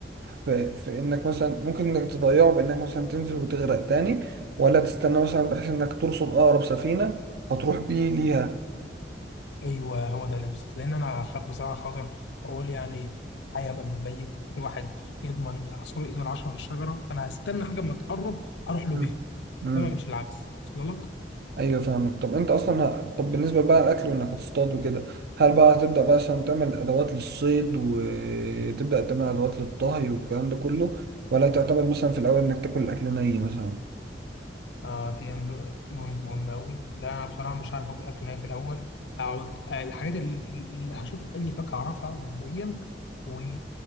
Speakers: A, on the right; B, on the left.
A: في, في انك مثلا ممكن انك تضيعه بانك مثلا تنزل وتغرق تاني ولا تستنى مثلا بحيث انك ترصد اقرب سفينة فتروح بيه ليها
B: ايوه هو ده اللي بالظبط لان انا خاف بصراحه خاطر اقول يعني هيبقى من الميت الواحد يضمن عصفور ايده العشره في الشجره انا هستنى حاجه اما تقرب اروح له
A: مم.
B: بيها
A: مم.
B: انما مش العكس وصل لك
A: ايوه فاهمك طب انت اصلا ه- طب بالنسبه بقى الاكل وانك هتصطاد وكده هل بقى هتبدا بقى مثلا تعمل ادوات للصيد وتبدا تعمل ادوات للطهي والكلام ده كله ولا تعتمد مثلا في الاول انك تاكل الاكل ني مثلا
B: اه دي ام- بوينت مهمة أوي لا أنا بصراحة مش عارف آكل أكل ناي في الأول هقعد آه، الحاجات اللي اللي هشوف أي فاكهة أعرفها مبدئيا و...